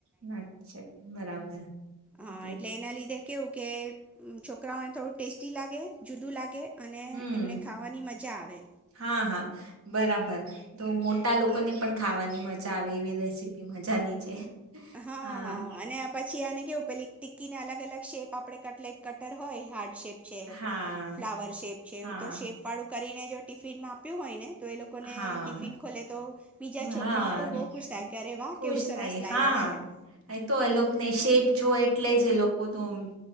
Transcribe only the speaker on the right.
નાખી શકે, બરાબર
એટલે
હમ
હા હા બરાબર, તો મોટા લોકોને પણ ખાવાની મજા આવે, એવી રેસીપી મજાની છે.
હા
હા
હા
હા
હા
ખુશ
થાય
હા,
તો એ લોકને શેપ જોય. એટલે જે, લોકોનું